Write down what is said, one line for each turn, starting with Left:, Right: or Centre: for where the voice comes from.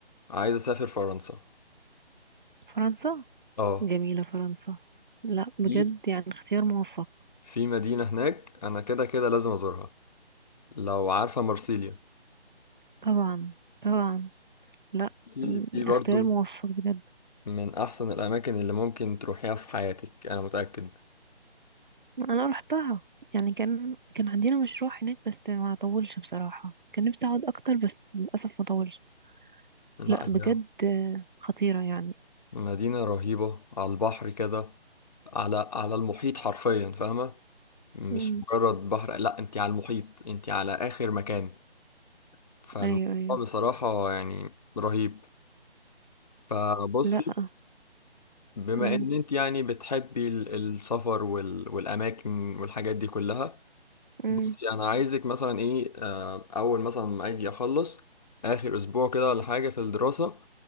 Left: عايز اسافر فرنسا
Right: فرنسا
Left: اه
Right: جميلة فرنسا لا بجد
Left: في
Right: يعني اختيار موفق
Left: في مدينة هناك انا كده كده لازم ازورها لو عارفة مرسيليا
Right: طبعا طبعا لا
Left: دي
Right: م-
Left: دي
Right: اختيار
Left: برضو
Right: موفق بجد
Left: من احسن الاماكن اللي ممكن تروحيها في حياتك انا متأكد
Right: انا رحتها يعني كان كان عندنا مشروع هناك بس ما طولش بصراحة كان نفسي اقعد اكتر بس للاسف ما طولش
Left: لا
Right: لا بجد
Left: هي
Right: آه، خطيرة يعني
Left: مدينة رهيبة على البحر كده على على المحيط حرفيا فاهمة مش
Right: امم
Left: مجرد بحر لا انت على المحيط انت على اخر مكان فالموضوع
Right: ايوه ايوه
Left: بصراحة يعني رهيب فبصي
Right: لا
Left: بما
Right: امم
Left: ان انت يعني بتحبي ال- السفر وال- والاماكن والحاجات دي كلها
Right: امم
Left: بصي انا عايزك مثلا ايه آه، اول مثلا ما اجي اخلص اخر اسبوع كده ولا حاجة في الدراسة